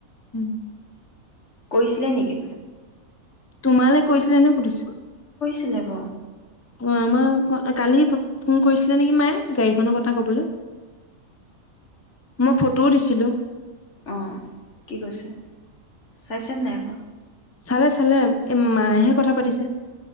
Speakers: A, on the left; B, on the left.
A: উম
B: কৈছিলে নেকি
A: তোমালৈ কৈছিলে নে সুধিছো
B: ছিলে ব
A: অ আমাৰ কালি ফোন কৰিছিলে নেকি মায়ে গাড়ীখনৰ কথা কবলৈ মোৰ ফু ত দিছিলোঁ
B: আহ কি কৈছে চাইচ নাই আকৌ
A: চালে চালে মাহেহে কথা পাতিছে